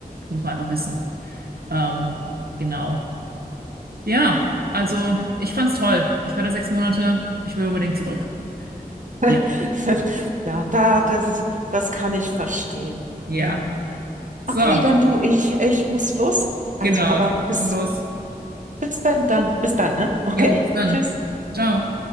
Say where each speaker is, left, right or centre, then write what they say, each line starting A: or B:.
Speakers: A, on the right; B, on the right.
A: Muss man einfach wissen. Ähm, genau. Ja, also ich fand's toll. Ich war da sechs Monate. Ich will unbedingt zurück. Ja,
B: <laughs> ja, da, das ist, das kann ich verstehen.
A: ja.
B: Ja.
A: So,
B: Okay, dann du, ich, ich muss los. Also,
A: genau.
B: aber
A: Ich
B: bis,
A: mach los.
B: bis dann, dann, bis dann, ne? Okay,
A: Jo, bis dann.
B: tschüss.
A: Ciao.